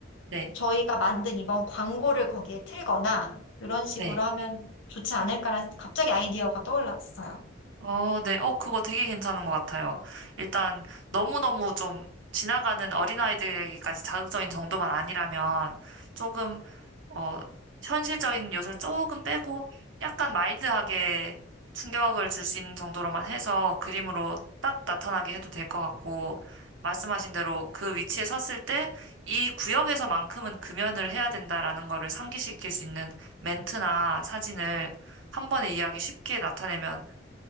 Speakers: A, on the right; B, on the left.
A: 네,
B: 저희가 만든 이번 광고를 거기에 틀거나 이런 식으로
A: 네.
B: 하면 좋지 않을까라는 갑자기 아이디어가 떠올랐어요.
A: 어, 네. 어, 그거 되게 괜찮은 것 같아요. 일단 너무너무 좀 지나가는 어린아이들까지 자극적인 정도만 아니라면 조금, 어, 현실적인 요소를 조금 빼고 약간 마일드하게 충격을 줄 수 있는 정도로만 해서 그림으로 딱 나타나게 해도 될 것 같고, 말씀하신 대로 그 위치에 섰을 때 이 구역에서만큼은 금연을 해야 된다라는 거를 상기시킬 수 있는 멘트나 사진을 한 번에 이해하기 쉽게 나타내면